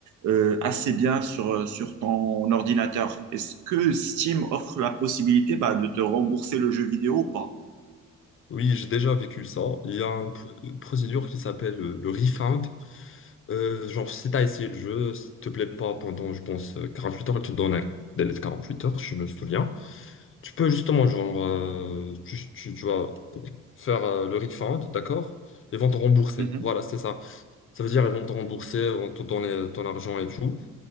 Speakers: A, on the right; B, on the left.
A: euh, assez bien sur, euh, sur ton ordinateur. Est-ce que Steam offre la possibilité bah, de te rembourser le jeu vidéo ou pas?
B: Oui, j'ai déjà vécu ça. Il y a un pr- une procédure qui s'appelle euh, le refund. Euh, genre, si t'as essayé le jeu, s'il te plaît pas pendant, je pense, euh, huit heures, il te donne un délai de huit heures, si je me souviens. Tu peux justement, genre, euh, tu, tu, tu vas faire euh, le refund, d'accord? Ils vont te rembourser.
A: Mhm.
B: Voilà, c'est ça. Ça veut dire ils vont te rembourser, ils vont te donner ton argent et tout.